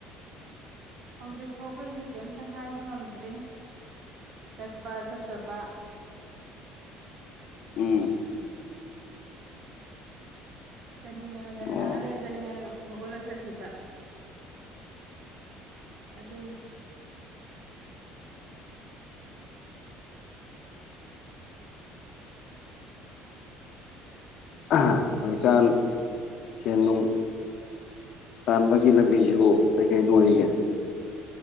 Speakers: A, on the right (about 65°); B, on the left (about 60°).
A: ꯍꯧꯖꯤꯛ ꯐꯥꯎꯕꯩꯗꯤ ꯀꯩꯝꯇ ꯍꯥꯏꯕ ꯉꯝꯗ꯭ꯔꯤ ꯆꯠꯄ ꯆꯠꯇꯕ
B: ꯎꯝ
A: ꯆꯠꯅꯤꯡꯉꯒꯅ
B: ꯑꯣ
A: ꯉꯥꯏꯍꯥꯛ
B: ꯎꯝ
A: ꯂꯩ ꯆꯠꯅꯤꯡꯉꯒꯅ ꯐꯨꯛ ꯍꯧꯒꯠꯂ ꯆꯠꯈꯤꯕ ꯑꯗꯨꯅꯤ
B: ꯑꯥ ꯍꯧꯖꯤꯀꯥꯟ ꯁꯦꯟ ꯅꯨꯡ ꯇꯥꯟꯕꯒꯤ ꯂꯝꯕꯤꯁꯤꯕꯨ ꯀꯩ ꯀꯩꯅ ꯑꯣꯏꯔꯤꯒꯦ